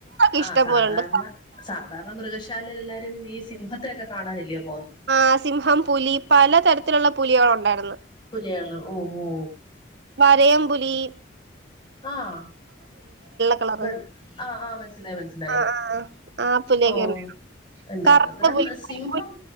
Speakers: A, on the right; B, on the left.
A: ഇഷ്ടം
B: ആഹ് സാധാരണ
A: പോലുണ്ട്
B: സാധാരണ മൃഗശ തന്നല്ലാ എല്ലാരും ഈ സിംഹത്തെക്കെഒക്കെ കാണാനല്ലയോ-
A: ആഹ് സിംഹം, പുലി പല തരത്തിലുള്ള- പുലികൾ ഒണ്ടായിരുന്നു
B: പുലികള് ഓഹ് ഓഹോ
A: വരയൻപുലി
B: ആഹ്
A: കളറ്
B: വെ ആഹ് ആഹ് മനസിലായി മനസ്സിലായി
A: ആ ആ ആ പുലിയൊക്കെ
B: ഓഹ്
A: ഉണ്ട്
B: ഇണ്ടാര്ന്ന്
A: കറുത്ത
B: അന്നേരം
A: പുലി
B: സിംഹം
A: കരിമ്പുലി,